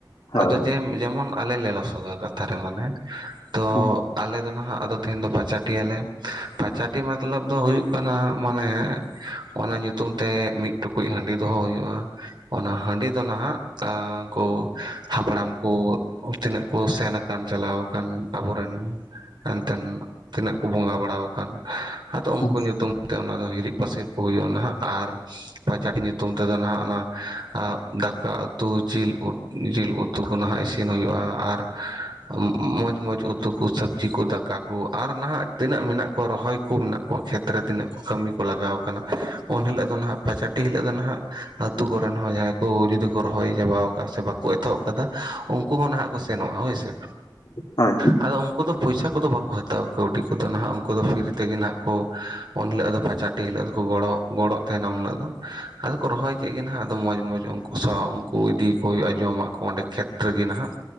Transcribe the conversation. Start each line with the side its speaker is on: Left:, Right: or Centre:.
Left: ᱦᱮᱞᱳ
Right: ᱟᱫᱚ ᱡᱮ ᱡᱮᱢᱚᱱ ᱟᱞᱮ ᱞᱮ ᱨᱚ ᱥᱚᱜᱮ ᱠᱟᱛᱷᱟ ᱨᱮ ᱢᱟᱱᱮ ᱛᱚ
Left: ᱦᱩᱸ
Right: ᱟᱞᱮ ᱫᱚ ᱱᱟᱦᱟᱜ ᱟᱫᱚ ᱛᱮᱦᱮᱱ ᱫᱚ ᱯᱟᱪᱟᱴᱤᱭᱟᱞᱮ ᱯᱟᱪᱟᱴᱤ ᱢᱟᱛᱞᱟᱵ ᱫᱚ ᱦᱩᱭᱩᱜ ᱠᱟᱱᱟ ᱢᱟᱱᱮ ᱚᱱᱟ ᱧᱩ ᱛᱩᱢ ᱛᱮ ᱢᱤᱜ ᱴᱩᱠᱩᱡ ᱦᱟᱺᱰᱤ ᱫᱚᱦᱚ ᱦᱩᱭᱩᱜᱼᱟ ᱾ ᱚᱱᱟ ᱦᱟᱺᱰᱤ ᱫᱚ ᱱᱟᱦᱟᱜ ᱛᱟᱠᱩ ᱦᱟᱯᱲᱟᱢ ᱠᱩ ᱛᱤᱱᱟᱹᱜ ᱾ ᱠᱚ ᱥᱮᱱ ᱟᱠᱟᱱ ᱪᱟᱞᱟᱣ ᱠᱟᱱ ᱟᱵᱚ ᱨᱮᱱ ᱾ ᱮᱱᱛᱮᱱ ᱛᱤᱱᱟᱹᱜ ᱠᱚ ᱵᱚᱸᱜᱟ ᱵᱟᱲᱟᱣ ᱠᱟᱱ ᱟᱫᱚ ᱩᱱᱠᱩ
Left: ᱦᱩᱸ
Right: ᱧᱩᱛᱩᱢ ᱛᱮ ᱚᱱᱟ ᱫᱚ ᱦᱤᱨᱤᱡ ᱯᱟᱹᱥᱤᱨ ᱠᱚ ᱦᱩᱭᱩᱜᱼᱟ ᱱᱟᱦᱟᱜ ᱟᱨ ᱯᱟᱸᱪᱟᱴᱤ ᱧᱩᱛᱩᱢ ᱛᱮᱫᱚ ᱱᱟᱦᱟᱜ ᱚᱱᱟ ᱟᱜ ᱫᱟᱠᱟ ᱩᱛᱩ ᱡᱤᱞ ᱩᱫ ᱡᱤᱞ ᱩᱫ ᱛᱩ ᱠᱚ ᱱᱟᱦᱟᱜ ᱤᱥᱤᱱ ᱦᱩᱭᱩᱜᱼᱟ ᱾ᱟᱨ <inaudible> ᱢᱚᱡᱽᱼᱢᱚᱡᱽ ᱩᱛᱩ ᱠᱚ ᱥᱚᱵᱽᱡᱤ ᱠᱩ ᱫᱟᱠᱟ ᱠᱩ ᱟᱨ ᱱᱟᱦᱟᱜ ᱛᱤᱱᱟᱹᱜ ᱢᱮᱱᱟᱜ ᱠᱚ ᱨᱚᱦᱚᱭ ᱠᱚ ᱢᱮᱱᱟᱜ ᱠᱚᱣᱟ ᱠᱷᱮᱛ ᱨᱮ ᱛᱤᱱᱟᱹᱜ ᱠᱚ ᱠᱟᱹᱢᱤ ᱠᱚ ᱞᱟᱜᱟᱣ ᱠᱟᱱᱟ ᱩᱱ ᱦᱤᱞᱟᱸᱜ ᱫᱚ ᱱᱟᱦᱟᱜ ᱯᱟᱪᱟ ᱴᱤ ᱦᱤᱞᱟᱹᱜ ᱫᱚ ᱱᱟᱦᱟᱜ ᱟᱹᱛᱩ ᱠᱚᱨᱮᱱ ᱦᱚᱸ ᱡᱟᱦᱟᱸᱭ ᱠᱚ ᱡᱩᱫᱤ ᱠᱚ ᱨᱚᱦᱚᱭ ᱪᱟᱵᱟ ᱠᱟᱜᱼᱟ ᱥᱮ ᱵᱟᱠ ᱠᱚ ᱮᱛᱚᱦᱚᱵ ᱠᱟᱫᱟ ᱩᱱᱠᱩ ᱦᱚᱸ ᱱᱟᱦᱟᱜ ᱠᱚ ᱥᱮᱱᱚᱜᱼᱟ ᱦᱳᱭᱥᱮ
Left: ᱦᱳᱭ
Right: ᱟᱫᱚ ᱩᱱᱠᱩ ᱫᱚ ᱯᱚᱭᱥᱟ ᱠᱚᱫᱚ ᱵᱟᱠᱚ ᱦᱟᱛᱟᱣᱟ ᱠᱟᱹᱣᱰᱤ ᱠᱚᱫᱚ ᱱᱟᱦᱟᱜ ᱩᱱᱠᱩᱫᱚ ᱯᱷᱤᱨᱤ ᱛᱮᱜᱮ ᱱᱟᱦᱟᱜ ᱠᱚ ᱩᱱ ᱦᱤᱞᱟᱹᱜ ᱫᱚ ᱯᱟᱪᱟᱴᱤ ᱦᱤᱞᱟᱹᱜ ᱫᱚᱠᱚ ᱜᱚᱲᱚ ᱜᱚᱲᱚᱜ ᱛᱟᱦᱮᱱᱟ ᱩᱱ ᱦᱤᱞᱟᱹᱜ ᱫᱚ ᱟᱫᱚ ᱠᱚ ᱨᱚᱦᱚᱭ ᱠᱮᱜ ᱜᱮ ᱦᱟᱸᱜ ᱟᱫᱚ ᱢᱚᱸᱡᱽ ᱢᱚᱸᱡᱽ ᱠᱩ ᱥᱟᱶ ᱩᱝᱠᱩ ᱤᱫᱤ ᱠᱚ ᱦᱩᱭᱩᱜᱼᱟ ᱡᱚᱢᱟᱜ ᱠᱚ ᱚᱸᱰᱮ ᱠᱷᱮᱛ ᱨᱮᱜᱮ ᱱᱟᱦᱟᱜ